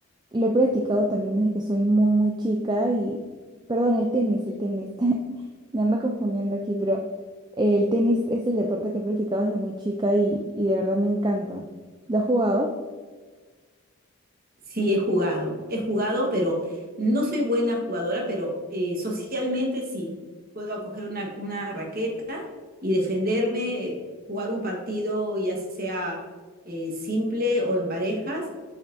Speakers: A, on the right; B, on the right.
A: Lo he practicado también desde que soy muy, muy chica y, perdón, el tenis, el tenis. <laughs> Me ando confundiendo aquí, pero el tenis es el deporte que he practicado desde muy chica y, y de verdad me encanta. ¿Lo has jugado?
B: Sí, he jugado. He jugado, pero no soy buena jugadora, pero eh, socialmente sí. Puedo acoger una, una raqueta y defenderme, eh, jugar un partido ya sea eh, simple o en parejas,